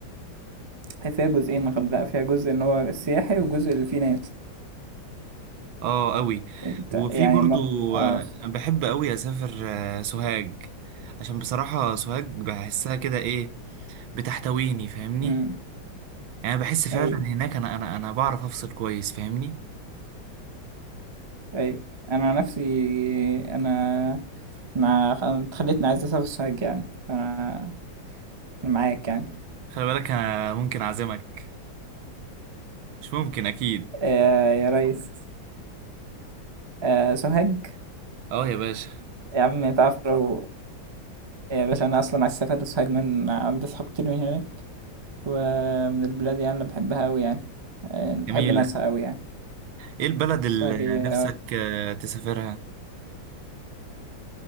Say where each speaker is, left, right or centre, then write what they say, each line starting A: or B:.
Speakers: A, on the right (about 25°); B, on the right (about 80°).
A: هي فيها جزئين الغردقة فيها جزء ان هو السياحي وجزء اللي فيه ناس
B: اه أوي
A: انت
B: وفي
A: يعني
B: برضو
A: ما... اه
B: آه،
A: ف-
B: أنا بحب أوي أسافر آه، سوهاج عشان بصراحة سوهاج بحسها كده إيه بتحتويني فاهمني
A: مم.
B: يعني أنا بحس فعلا
A: ايوه
B: هناك أنا أنا أنا بعرف أفصل كويس فاهمني
A: ايوه انا عن نفسي انا انا خ- أنا اتخليتني عايز اسافر سوهاج يعني فانا أنا معاك يعني
B: خلي بالك أنا ممكن أعزمك مش ممكن أكيد
A: آه يا ريس آه سوهاج
B: اه يا باشا
A: يا عم تعرف لو يا باشا أنا أصلا عايز أسافر ساجمان عندي أصحاب كتير من هناك ومن البلاد يعني اللي بحبها أوي يعني آه، بحب
B: جميلة
A: ناسها أوي يعني
B: ايه البلد
A: ساجية
B: اللي نفسك آه، تسافرها